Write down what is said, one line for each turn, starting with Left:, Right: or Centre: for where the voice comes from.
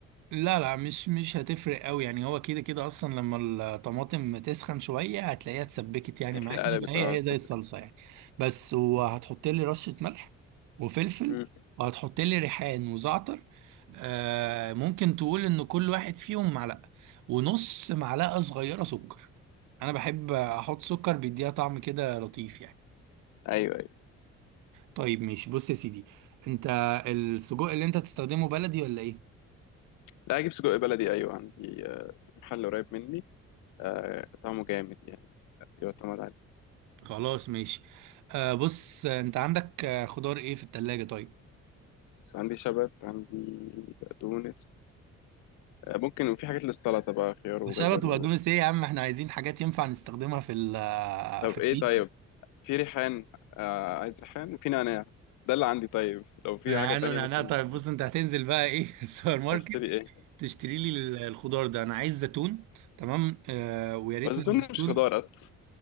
Right: لا لا مش مش هتفرق قوي يعني هو كده كده اصلا لما الطماطم تسخن شويه هتلاقيها اتسبكت يعني
Left: هتلاقيها
Right: معاك يبقى
Left: قلبت
Right: هي
Left: اه تصدق
Right: هي زي الصلصه
Left: كده
Right: يعني بس وهتحط لي رشه ملح وفلفل
Left: امم
Right: وهتحط لي ريحان وزعتر آه ممكن تقول ان كل واحد فيهم معلقه ونص معلقه صغيره سكر انا بحب احط سكر بيديها طعم كده لطيف يعني
Left: ايوه ايوه
Right: طيب ماشي بص يا سيدي انت السجق اللي انت تستخدمه بلدي ولا ايه
Left: لا اجيب سجق بلدي ايوه عندي آه، في محل قريب مني آه، طعمه جامد يعني يعتمد عليه
Right: خلاص ماشي آه بص آه، انت عندك آه، خضار ايه في التلاجة طيب
Left: بس عندي شبت عندي بقدونس آه، ممكن وفي حاجات للسلطه بقى خيار وجزر
Right: شبت وبقدونس
Left: و...
Right: ايه يا عم احنا عايزين حاجات ينفع نستخدمها في ال
Left: طب
Right: في البيتزا
Left: ايه طيب في ريحان آه عايز ريحان وفي نعناع ده اللي عندي طيب لو في
Right: ريحان
Left: حاجة تانية
Right: ونعناع
Left: ممكن
Right: طيب
Left: اشتري
Right: بص انت هتنزل بقى ايه <laughs> السوبر ماركت
Left: اشتري ايه
Right: تشتري لي ال- الخضار ده انا عايز زيتون تمام آه ويا ريت
Left: والزيتون
Right: لو زيتون
Left: مش خضار اصلا